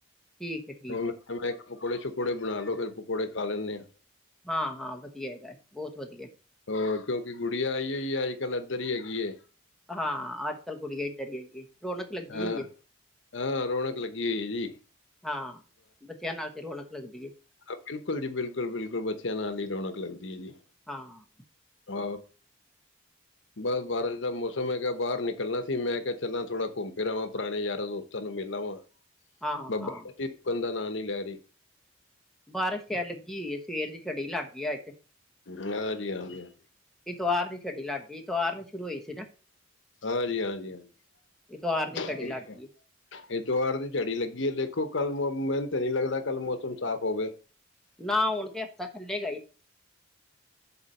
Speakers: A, in the centre; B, on the left.
A: ਠੀਕ ਹੈ, ਠੀਕ
B: ਮੈਂ
A: ਹੈ
B: ਮੈਂ ਪਕੌੜੇ ਸ਼ਕੌੜੇ ਬਣਾ ਲੋ, ਫਿਰ ਪਕੌੜੇ ਖਾ ਲੈਂਦੇ ਹਾਂ।
A: ਹਾਂ, ਹਾਂ ਵਧੀਆ ਹੈਗਾ ਬਹੁਤ ਵਧੀਆ।
B: ਹੋਰ ਕਿਉਂਕਿ ਗੁੜੀਆਂ ਆਈ ਹੋਈ ਅੱਜ ਕੱਲ ਇੱਧਰ ਹੀ ਹੈਗੀ ਏ।
A: ਹਾਂ ਅਜ ਕੱਲ ਕੁੜੀਆ ਇਧਰ ਹੀ ਹੈਗੀ ਰੌਣਕ ਲੱਗੀ
B: ਹਾਂ?
A: ਹੋਈ ਹੈ
B: ਹਾਂ, ਰੌਣਕ ਲੱਗੀ ਹੋਈ ਏ ਜੀ।
A: ਹਾਂ, ਬੱਚਿਆਂ ਨਾਲ ਫਿਰ ਰੌਣਕ ਲੱਗਦੀ ਏ।
B: ਆ-ਬਿਲਕੁਲ ਜੀ ਬਿਲਕੁਲ-ਬਿਲਕੁਲ, ਬੱਚਿਆਂ ਨਾਲ ਹੀ ਰੌਣਕ ਲੱਗਦੀ ਏ ਜੀ।
A: ਹਾਂ
B: ਆ ਬਸ ਬਾਰਿਸ਼ ਦਾ ਮੌਸਮ ਹੈਗਾ ਬਾਹਰ ਨਿਕਲਣਾ ਸੀ, ਮੈਂ ਕਿਹਾ ਚੱਲਣਾ ਥੋੜ੍ਹਾ ਘੁੰਮ ਫਿਰ ਆਵਾਂ ਪੁਰਾਣੇ ਯਾਰਾਂ ਦੋਸਤਾਂ ਤੁਹਾਨੂੰ ਮਿਲ ਆਵਾਂ।
A: ਹਾਂ
B: ਬਾ-ਬਾਰਿਸ਼
A: ਹਾਂ
B: ਹੀ ਰੁਕਣ ਦਾ ਨਾਂ ਨਈ ਲੈ ਰਹੀ।
A: ਬਾਰਿਸ਼ ਖੈਰ ਲਗੀ ਹੂਈ ਏ ਸਵੇਰ ਦੀ ਛੜੀ ਲੱਗ ਗਿਆ ਤੇ।
B: ਹਾਂਜੀ-ਹਾਂਜੀ-ਹਾਂ
A: ਐਤਵਾਰ ਦੀ ਛੜੀ ਲੱਗ ਗਈ, ਐਤਵਾਰ ਨੂੰ ਸ਼ੁਰੂ ਹੋਈ ਸੀ ਨਾ।
B: ਹਾਂਜੀ-ਹਾਂਜੀ-ਹਾਂਜੀ
A: ਇਤਵਾਰ ਦੀ ਛੜੀ ਲੱਗ ਗਈ ਏ।
B: ਐਤਵਾਰ ਦੀ ਝੜੀ ਲੱਗੀ ਏ ਦੇਖੋ ਕੱਲ ਮੋ-ਮ-ਮੈਨ੍ਹ ਤੇ ਨੀ ਲੱਗਦਾ ਕੱਲ ਮੌਸਮ ਸਾਫ਼ ਹੋਵੇ
A: ਨਾ ਆਉਣ ਤੇ ਹਫ਼ਤਾ ਖੁਲੇਗਾ ਹੀ।